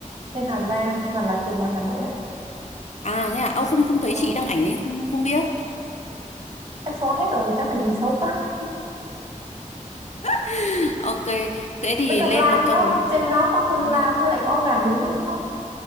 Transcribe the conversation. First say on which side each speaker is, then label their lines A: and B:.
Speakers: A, on the right; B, on the left.
A: trên Hà Giang hoặc là chụp ngoài Hà Nội á.
B: À thế à? Ơ không không thấy
A: Ờ,
B: chị đăng ảnh nên không không biết.
A: chắc xóa hết rồi, chắc hình xấu quá. <laughs>
B: <laughs> Ok, thế thì
A: Với cơm
B: lên
A: lam
B: nộp
A: nữa
B: trong
A: không?
B: lịch.
A: Trên đó có cơm
B: Ừ.
A: lam với lại có gà nướng nữa đúng không?